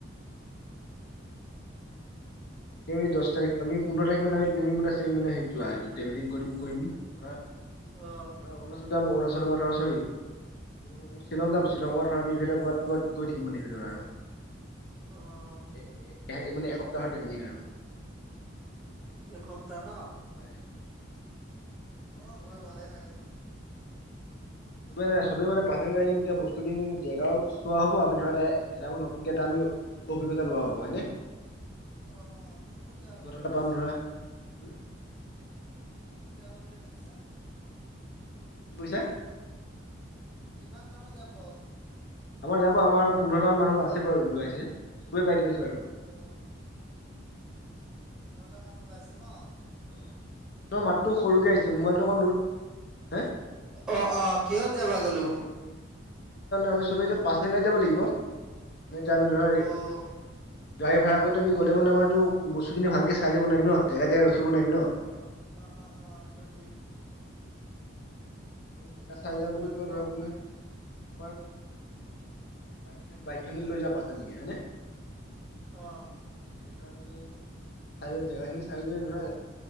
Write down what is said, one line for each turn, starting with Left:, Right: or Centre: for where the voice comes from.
Left: অ তি আমি দহ তাৰিখ আমি পোন্ধৰ তাৰিখ মানেমৃ প্লেনিংল যোৱা হয়্ৰেল কৰিম কৰিম ধৰা
Centre: অঁ
Left: ধৰা অৰুণাচল যাম অৰুণাচলৰ পৰা ধৰা চৰি আমি শ্বিলং যাম শ্বিলঙৰ পৰা ধৰ আমি ইফালে ক'ৰবাত ক'বাত গৈ থাকি মানে সফালে আৰু
Centre: অঁ
Left: মানে এসপ্তাহত ইভিনিং আৰু
Centre: এক সপ্তাহ ন
Left: হয়
Centre: অ
Left: এসপ্তাহ
Centre: গৈ
Left: এসপ্তাহ
Centre: ভালেই লাগিব।
Left: চবে নাই চবে মান
Centre: তাত
Left: পা
Centre: কোন কোন
Left: গাই দিমতিয়া বস্তু কিনি জেগাও চোৱা হ'ব আমি ধৰা এ এটা নতুনকে এটা আমি অভিজ্ঞতা লোৱা হ'ব হয়নে
Centre: অঁ অঁ কোন কোন যাবা
Left: অভিজ্ঞতা
Centre: বুলি
Left: এটা
Centre: ভাবিছা
Left: পাম ধৰা হম
Centre: কোন কোন যাবা বুলি ভাবিছা
Left: কি কৈছা
Centre: কিমান মানুহ যাব?
Left: আমাৰ যাব আমাৰ পোন্ধৰটা মানুহ আছে বাৰু ওলাইছে চবে বাইক ল‌ইছে। বাৰু
Centre: অঁ, পোন্ধৰটা মানুহ ওলাইছে ন।
Left: অ ত মাতটো সৰুকে আহিছে মোবাইলটো অকণ দূৰ হা
Centre: অ অ কিহত যাবা গ'লো
Left: আমি চবেই এতিয়া পাচনে গাড যাব লাগিবতিয়া আমি ধৰা
Centre: অঁ
Left: গাড়ী ভাড়া কৰোতে আম গলোন আমাৰো বস্ত খিনি ভালকে চাই যাব নোৱাৰিম ন জেগা জেগা ৰখিব নোৱাৰিম ন।
Centre: আহ আহ আহ আহ আহ এইটো ঠিক।
Left: তুমি জেগা চাই যা বুলি
Centre: মাতটো
Left: কলে ধৰা
Centre: অহা
Left: তুমি।
Centre: নাই
Left: তোমাৰ বাইক বাইক খান লৈ যোৱা পাছে নেকি হয়নে?
Centre: অহ
Left: চাই কৰি জেগাখিন চাই কৈ। নতুন